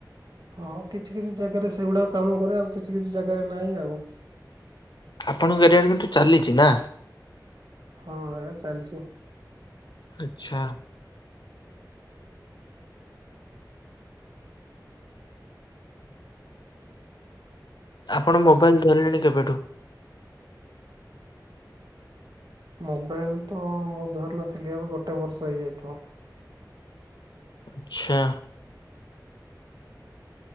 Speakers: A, on the right; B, on the left.
A: ହଁ କିଛି କିଛି ଜାଗାରେ ସେଗୁଡାକ କାମ କରେ ଆଉ କିଛି କିଛି ଜାଗାରେ ନାହିଁ ଆଉ
B: ଆପଣଙ୍କ ଏରିଆଡ଼ କିନ୍ତୁ ଚାଲିଛି ନା
A: ହଁ ଏଇଟା ଚାଲିଛି
B: ଆଚଛା ଆପଣ ମୋବାଇଲ ଧରିଲେଣି କେବେଠୁ
A: ମୋବାଇଲ ତ ମୁଁ ଧରିନଥିଲି ଏବେ ଗୋଟେ ବର୍ଷ ହେଇଯାଇଥିବ
B: ଆଛା